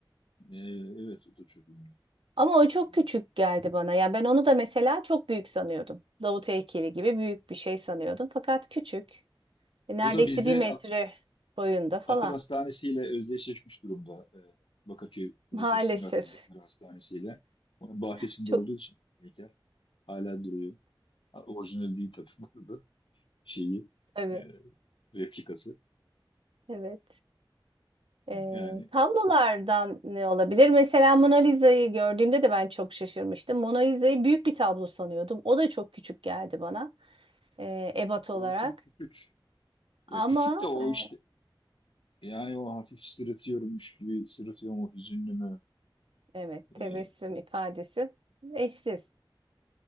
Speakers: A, on the left; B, on the right.
A: e, evet o da çok ünlü.
B: Ama o çok
A: E,
B: küçük geldi bana. Ya ben onu da mesela çok büyük sanıyordum. Davut heykeli gibi büyük bir şey sanıyordum. Fakat küçük. E, Neredeyse
A: o da bizde
B: bir metre boyunda falan.
A: Akıl Hastanesi ile özdeşleşmiş durumda. E, Bakırköy Ruh
B: Maalesef.
A: ve Sinir Hastalıkları Hastanesi ile. Onun bahçesinde
B: <laughs> Çok
A: olduğu için heykel hala duruyor. Ha, Orijinal değil tabii <laughs> bu arada. Şeyi,
B: tabii.
A: e, replikası.
B: Evet. E,
A: Yani
B: tablolardan ne olabilir? Mesela Mona Lisa'yı gördüğümde de ben çok şaşırmıştım. Mona Lisa'yı büyük bir tablo sanıyordum. O da çok küçük geldi bana. E, ebat olarak.
A: o tabii küçük. Ya
B: Ama
A: küçük de o
B: e,
A: işte. Yani o hafif sırıtıyormuş gibi sırıtıyor mu, hüzünlü mü?
B: evet tebessüm
A: E,
B: ifadesi eşsiz.